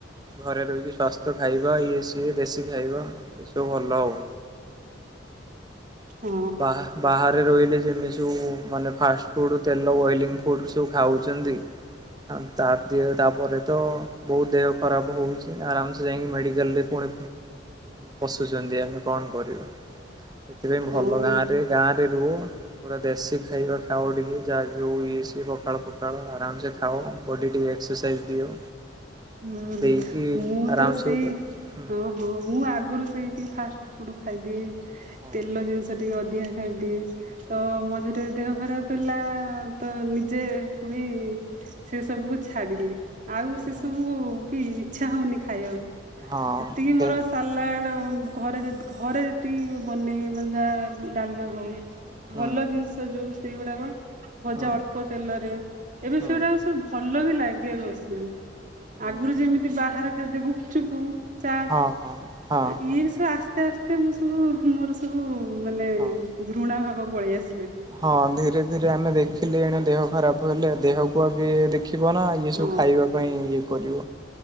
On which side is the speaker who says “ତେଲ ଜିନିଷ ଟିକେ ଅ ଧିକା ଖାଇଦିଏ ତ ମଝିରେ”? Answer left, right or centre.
Right